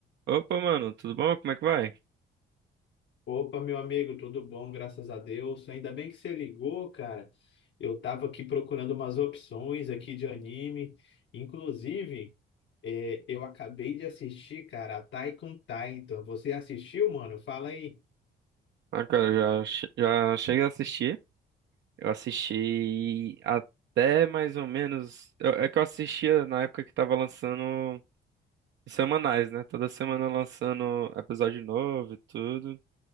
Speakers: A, on the right; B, on the left.
A: Opa, mano, tudo bom? Como é que vai?
B: Opa, meu amigo, tudo bom, graças a Deus. Ainda bem que você ligou, cara. Eu tava aqui procurando umas opções aqui de anime. Inclusive, é, eu acabei de assistir, cara, a Attack on Titan. Você assistiu, mano? Fala aí.
A: Ah, cara, já, che- já cheguei a assistir. Eu assisti até mais ou menos. eu- É que eu assistia na época que tava lançando semanais, né? Toda semana lançando episódio novo e tudo.